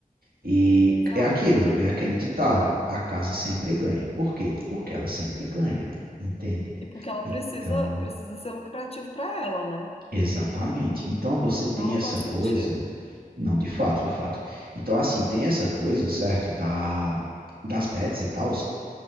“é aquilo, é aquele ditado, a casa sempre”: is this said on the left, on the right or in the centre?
Right